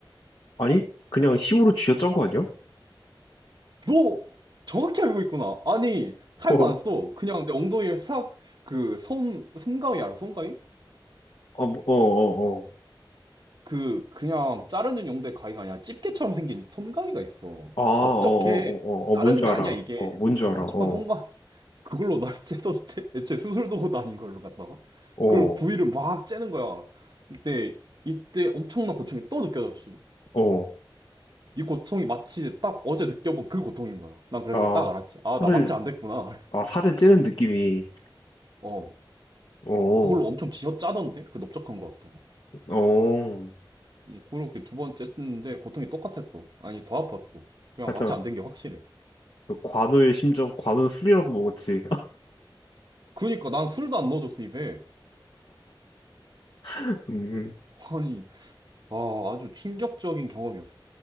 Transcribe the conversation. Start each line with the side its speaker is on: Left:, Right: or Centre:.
Left: 아니? 그냥 힘으로 쥐어짠 거 아니야?
Right: 너 정확히 알고 있구나. 아니 칼도
Left: 어,
Right: 안 써. 그냥 내 엉덩이에 싹 그손 솜가위 알아? 솜가위?
Left: 아, 뭐, 어, 어, 어.
Right: 그 그냥 자르는 용도의 가위가 아니라 집게처럼 생긴 손가위가 있어.
Left: 아, 어, 어, 어,
Right: 넓적해.
Left: 어, 어,
Right: 자르는
Left: 뭔지 알아.
Right: 게 아니야 이게.
Left: 어, 뭔지
Right: 어,
Left: 알아.
Right: 넓적한
Left: 어,
Right: 손가위. 그걸로 날 <laughs> 째던데. 애초에 수술 도구도 아닌 걸로 갖다가.
Left: 어,
Right: 그걸 부위를 막 째는 거야. 근데 이때 엄청난 고통이 또 느껴졌지.
Left: 어.
Right: 이 고통이 마치 딱 어제 느껴본 그 고통인 거야. 난 그래서
Left: 아,
Right: 딱 알았지. 아,
Left: 살을,
Right: 나 마취 안 됐구나.
Left: 아, 살을 찌는 느낌이,
Right: <laughs> 어,
Left: 어,
Right: 그걸로 엄청 쥐어짜던데? 그 넓적한 거 같다.
Left: 어.
Right: 음, 그렇게 두 번 쨌는데 고통이 똑같았어. 아니, 더 아팠어. 그냥
Left: 살짝,
Right: 마취 안 된 게 확실해.
Left: 그 관우의 심정, 관우는 술이라도 먹었지.
Right: 그니까 난 술도 안 넣어줬어 입에.
Left: <laughs> 음,
Right: 아니, 아 아주 충격적인 경험이었어.